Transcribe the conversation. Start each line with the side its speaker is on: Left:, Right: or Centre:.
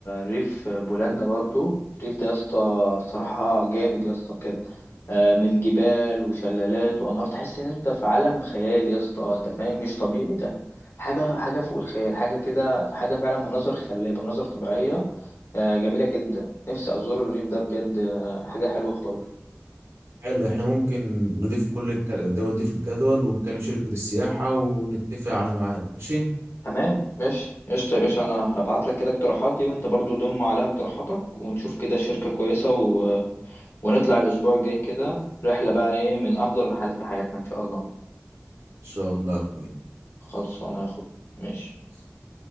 Left: ريف بولندا برضو الريف ده يا اسطى صراحه جامد يا اسطى بجد آه، من جبال وشلالات وانهار تحس ان انت في عالم خيال يا اسطى انت فاهم مش طبيعي ده حاجه حاجه فوق الخيال حاجه كده حاجه فعلا مناظر خلابه مناظر طبيعيه آه، جميله جدا نفسي ازور الريف ده بجد آه، حاجه حلوه خالص
Right: حلو احنا ممكن نضيف كل الك- الدول دي في الجدول ونكلم شركة السياحة ونتفق على ميعاد ماشي ان
Left: تمام ماشي قشطة يا باشا أنا هبعت لك كده اقتراحاتي وأنت برضو ضم عليها اقتراحاتك ونشوف كده الشركة كويسة و... ونطلع الأسبوع الجاي كده رحلة بقى إيه من أفضل الرحلات في حياتنا إن شاء الله
Right: شاء الله يا
Left: خلصانة يا أخوي ماشي
Right: اخويا